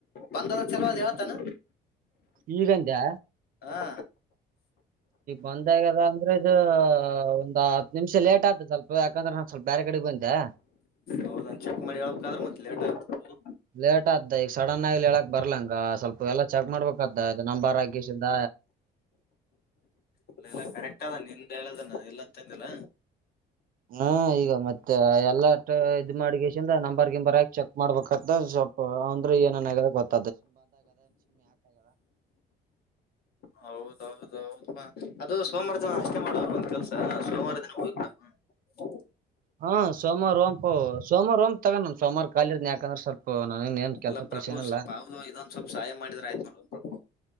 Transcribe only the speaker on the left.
ಬಂದ್ ಆದ ಚಾಲು ಅದ ಹೇಳ್ತಾನ.
ಹಾ.
ಹೌದನ್ ಚೆಕ್ ಮಾಡಿ ಹೇಳ್ಬೇಕಾದ್ರ ಮತ್ ಲೇಟ್ ಆಗ್ಬಿಡ್ತು
ಅಲ್ಲ ಎಲ್ಲಾ ಕರೆಕ್ಟ್ ಅದ ನಿಂದ ಹೇಳ ಅದನ ಇಲ್ಲ ಅಂತ ಅಂದೆ ಅಲ್ಲ.
ಹೌದ ಹೌದ ಹೌದ ಪ್ಪಾ. ಅದು ಸೋಮವಾರ ದಿನ ಅಷ್ಟೇ ಮಾಡುವ ಒಂದ್ ಕೆಲ್ಸ ಸೋಮವಾರ ದಿನ ಹೋಗ್ಬಡ ಹೂ.
ಅಲ್ಲ
ಪ್ರಭು
ಸ್ವಲ್ಪ ಹಾವ್ದೋ ಇದೊಂದು ಸ್ವಲ್ಪ ಸಹಾಯ ಮಾಡಿದ್ರೆ ಆಯ್ತ ನೋಡ ಪ್ರಭು.